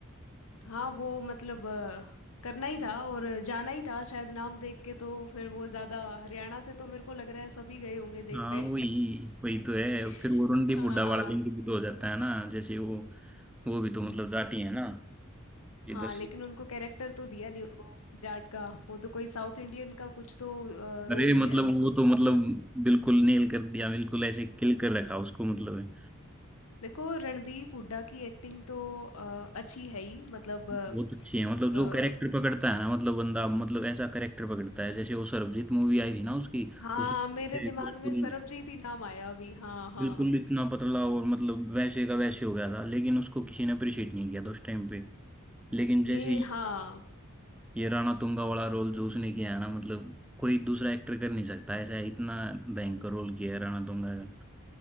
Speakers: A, on the left; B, in the centre.
A: हाँ वो मतलब अ, करना ही था और जाना ही था शायद नाम देख के तो फिर वो ज्यादा हरियाणा से तो मेरे को लग रहा है सभी गए होंगे
B: हाँ
A: देखने
B: वही वही तो है
A: <laughs>
B: फिर वो रंडी
A: हाँ
B: बुड्ढा वाला लिंग भी तो हो जाता है ना जैसे वो वो भी तो मतलब जाटी है ना ये
A: हाँ
B: जैसे
A: लेकिन उनको कैरेक्टर तो दिया नहीं उनको जाट का वो तो कोई साउथ इंडियन का कुछ तो रोल
B: अरे मतलब
A: दिया है उसको
B: वो तो मतलब बिल्कुल नेल कर दिया बिल्कुल ऐसे किल कर रखा उसको मतलब है
A: देखो रणदीप हुड्डा की एक्टिंग तो अ, अच्छी है ही मतलब अ,
B: बहुत अच्छी है मतलब
A: अ,
B: जो कैरेक्टर पकड़ता है ना मतलब बंदा मतलब ऐसा कैरेक्टर पकड़ता है जैसे वो सरबजीत मूवी आई थी ना उसकी
A: हाँ
B: उसमें ऐसे
A: मेरे दिमाग
B: बिल्कुल
A: में सरबजीत ही नाम आया अभी हाँ हाँ
B: बिल्कुल इतना पतला और मतलब वैसे का वैसे हो गया था लेकिन उसको किसी ने अप्रिशिएट नहीं किया था उस टाइम पे लेकिन जैसे
A: ये हाँ
B: ये राणा तुंगा वाला रोल जो उसने किया है ना मतलब कोई दूसरा एक्टर कर नहीं सकता ऐसा इतना भयंकर रोल किया है राणा तुंगा का